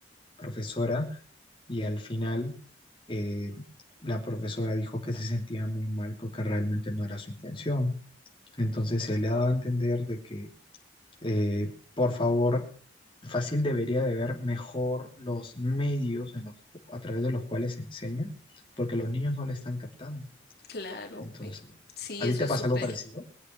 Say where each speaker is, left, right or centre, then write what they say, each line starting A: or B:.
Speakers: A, on the left; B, on the left.
A: profesora y al final eh, la profesora dijo que se sentía muy mal porque realmente no era su intención. Entonces se le ha dado a entender de que, eh, por favor, fácil debería de ver mejor los medios en los, a través de los cuales se enseña, porque los niños no le están captando.
B: Claro,
A: Entonces,
B: eh, sí,
A: ¿a
B: eso
A: ti te
B: es
A: pasa
B: súper,
A: algo parecido?